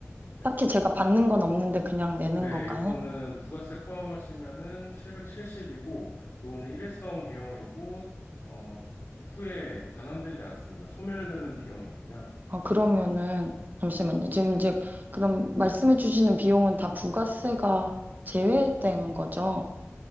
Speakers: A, on the left (about 55°); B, on the right (about 40°).
A: 네.
B: 딱히 제가 받는 건 없는데 그냥 내는
A: 네,
B: 건가요?
A: 요거는 부가세 포함하시면은 770이고, 요거는 일회성 비용이고, 어, 후에 반환되지 않습니다. 소멸되는 비용이고요.
B: 아, 그러면은 잠시만요.
A: 아,
B: 지금 이제 그럼 말씀해 주시는 비용은 다 부가세가 제외된 거죠?